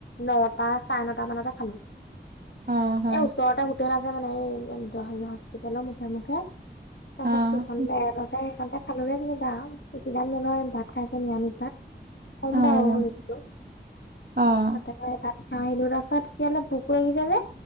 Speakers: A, on the left; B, on the right.
A: নটা চাৰে নটা মানতে খালো। এ
B: অ', হয়।
A: ওচৰতে হোটেল আছে মানে এই হেৰি হস্পিতেলৰ মুখে-মুখে। তাৰপিছত
B: অ',
A: সিখন তাৰপিছত সেইখনতে খালো যেনিবা বেছি দাম নলয় ভাত খাইছো নিৰামিষ ভাত। কম
B: অ',
A: বাৰু সেইটো। <unintelligible>
B: অ',
A: আহ আহিলো তাৰপাছত এতিয়াহালে ভোক লাগিছে যে।